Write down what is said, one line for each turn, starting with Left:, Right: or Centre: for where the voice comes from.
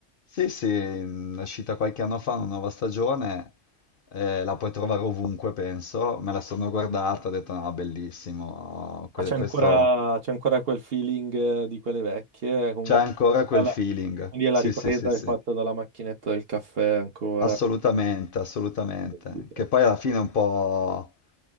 Left: Sì, sì, mh, è uscita qualche anno fa una nuova stagione, eh, la puoi trovare ovunque, penso. Me la sono guardata, ho detto no, bellissimo, que-
Right: Ma c'è
Left: questo
Right: ancora, c'è ancora quel feeling eh, di quelle vecchie, eh, comunque.
Left: c'è ancora quel
Right: alla-
Left: feeling.
Right: Quindi è
Left: Sì,
Right: la ripresa
Left: sì, sì, sì.
Right: è fatta dalla macchinetta del caffè ancora.
Left: Assolutamente, assolutamente.
Right: Quindi,
Left: Che
Right: eh.
Left: poi alla fine è un po'